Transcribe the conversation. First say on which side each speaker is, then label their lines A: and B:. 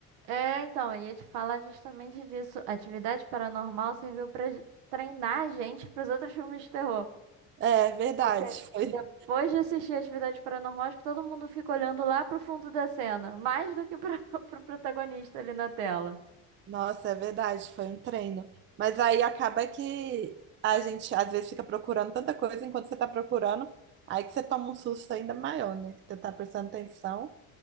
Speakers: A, on the right (about 80°); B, on the right (about 30°).
A: É, então, eu ia te falar justamente disso. Atividade paranormal serviu pra j- treinar a gente pros outros filmes de terror.
B: É verdade,
A: Porque
B: foi.
A: depois de assistir Atividade Paranormal, acho que todo mundo fica olhando lá pro fundo da cena, mais do que pra, <laughs> pro protagonista ali na tela.
B: Nossa, é verdade, foi um treino. Mas aí acaba que a gente às vezes fica procurando tanta coisa enquanto você tá procurando, aí que você toma um susto ainda maior, né? Que você tá prestando atenção.